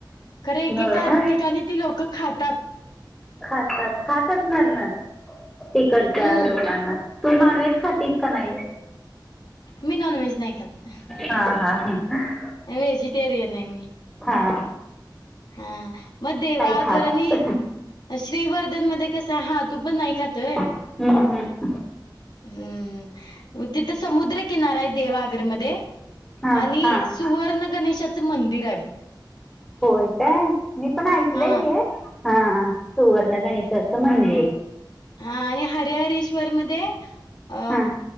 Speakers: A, on the left; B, in the centre.
A: खर, एकेका
B: होय ना
A: ठिकाणी ती लोकं खातात.
B: खातात. खात असणार ना. तिकडच्या
A: हं,
B: लोकांना. तू नॉनव्हेज खातीस, का नाहीस?
A: मी नॉनव्हेज नाही खात. <unintelligible>
B: हा, हा, हा.
A: व्हेजिटेरियनय मी.
B: हा.
A: हा. मग देवागरनी
B: खात
A: श्रीवर्धनमध्ये कसंय. हा, तू पण नाही खात वय.
B: अं, हम्म.
A: हम्म. तिथं समुद्रकिनाराय, देवआगरमध्ये.
B: हां
A: आणि
B: हां
A: सुवर्ण गणेशाचं मंदिराय.
B: होय काय? मी पण ऐकलंय
A: हां
B: हे. हा. सुवर्ण गणेशाचं मंदिर.
A: हा. आणि हरिहरश्वरमध्ये, अ
B: हा